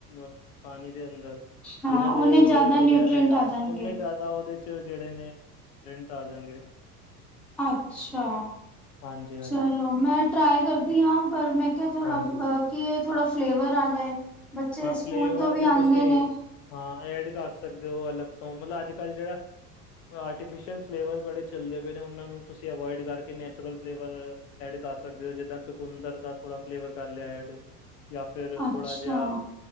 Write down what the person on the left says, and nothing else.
ਅ ਪਾਣੀ ਦੇ ਅੰਦਰ
ਜਿਹਨਾ
ਦੇ ਰੋਜਰ
ਡੁੱਬਿਆ
ਰਹੇਗਾ
ਉਨੇ ਜ਼ਿਆਦਾ ਉਹਦੇ ਵਿੱਚ ਜੇੜੇ ਨੇ ਪ੍ਰਿੰਟ ਆ ਜਾਣਗੇ
ਹਾਂਜੀ ਹਾਂ
ਹਾਂਜੀ
ਹਾਂ
ਫਲੇਵਰ
ਚ
ਤੁਸੀਂ
ਹਾਂ, ਐਡ ਕਰ ਸਕਦੇ ਹੋ ਅਲੱਗ ਤੋਂ ਮਤਲਬ ਅੱਜ ਕੱਲ੍ਹ ਜਿਹੜਾ ਆਰਟੀਫ਼ਿਸ਼ਲ ਫਲੇਵਰ ਬੜੇ ਚੱਲਦੇ ਪਏ ਨੇ ਉਹਨਾਂ ਨੂੰ ਤੁਸੀਂ ਅਵੋਇਡ ਕਰ ਨੈਚੁਰਲ ਫਲੇਵਰ ਐਡ ਕਰ ਸਕਦੇ ਹੋ ਜਿੱਦਾਂ ਚੁਕੁੰਦਰ ਦਾ ਥੋੜਾ ਫਲੇਵਰ ਕਰ ਲਿਆ ਐਡ। ਜਾ ਫੇਰ ਥੋੜਾ
ਜਿਹਾ